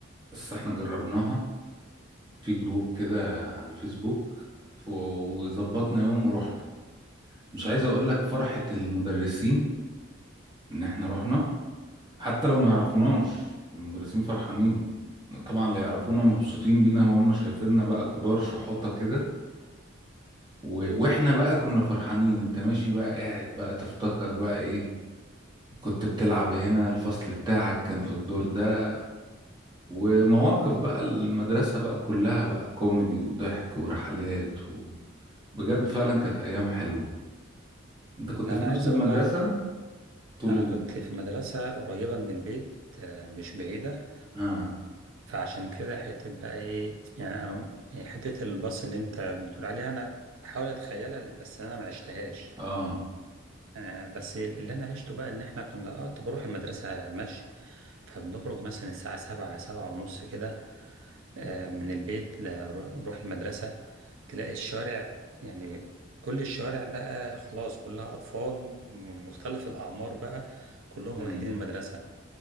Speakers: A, on the right; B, on the right.
A: بس احنا جربناها في جروب كده على الفيسبوك ف- وظبطنا يوم ورحنا مش عايز أقول لك فرحة المدرسين إن احنا رحنا حتى لو ما يعرفوناش المدرسين فرحانين طبعا اللي يعرفونا مبسوطين بينا وهم شايفيننا بقى كبار شحوطة كده و... واحنا بقى كنا فرحانين انت ماشي بقى قاعد بقى تفتكر بقى ايه كنت بتلعب هنا الفصل بتاعك كان في الدور ده ومواقف بقى المدرسة بقى كلها بقى كوميدي وضحك ورحلات و... بجد فعلا كانت ايام حلوة انت كنت
B: انا
A: في نفس
B: عايز
A: المدرسة
B: اقول لك
A: طول
B: انا
A: ال...
B: كنت في مدرسة قريبة من البيت آه، مش بعيدة
A: ها
B: فعشان كده حتة بقى ايه يعني انا يعني حتة الباص اللي انت بتقول عليها انا بحاول اتخيلها بس انا ما عشتهاش
A: اه
B: آه، بس اللي انا عشته بقى ان احنا كنا اه كنت بروح المدرسه مشي فبنخرج مثلا الساعه سبعة سبعة ونص كده آه، من البيت نروح المدرسه تلاقي الشارع يعني كل الشوارع بقى خلاص كلها اطفال من مختلف الاعمار بقى كلهم
A: امم
B: رايحين المدرسه